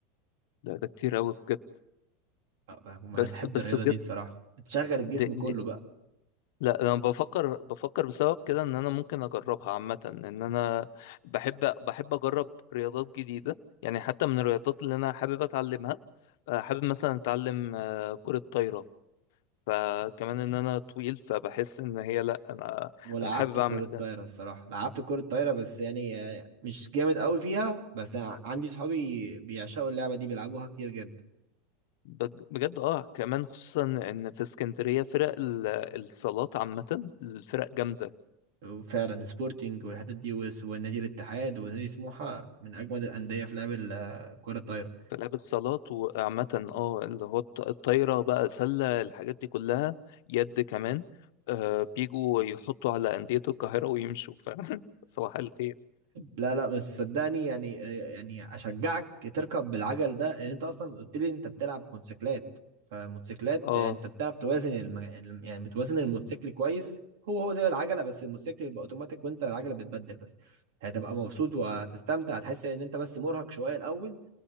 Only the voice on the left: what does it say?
لا ده كتير قوي بجد
بس
بس
بجد
دي
دي
لا انا بفكر بفكر بسبب كده ان انا ممكن اجربها عامة ان انا بحب بحب اجرب رياضات جديدة يعني حتى من الرياضات اللي انا حابب اتعلمها آه، حابب مثلا اتعلم آه، كرة طايرة فكمان ان انا طويل فبحس ان هي لا انا
انا حابب
اعمل ده
بج- بجد اه كمان خصوصا ان في اسكندريه فرق ال- الصالات عامه الفرق جامده
في لعب الصالات وعامه اه اللي هو الط- الطايره بقى سله الحاجات دي كلها يد كمان آه بيجوا يحطوا على انديه القاهره ويمشوا ف <laughs> صباح الخير
اه